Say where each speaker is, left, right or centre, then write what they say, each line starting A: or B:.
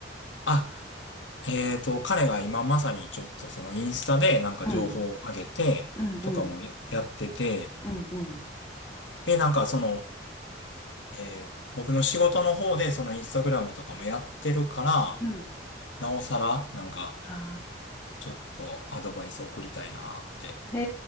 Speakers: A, on the left; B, on the left.
A: あ、えっと、彼が今まさにちょっとそのインスタでなんか情報を上げてとかもや、
B: うん。うんうん
A: やってて、
B: うんうん
A: で、なんかその、えー僕の仕事の方でそのインスタグラムとかもやってるから、
B: うん。
A: なおさらなんか
B: あ
A: ちょっとアドバイス送りたいなって。
B: あ。へ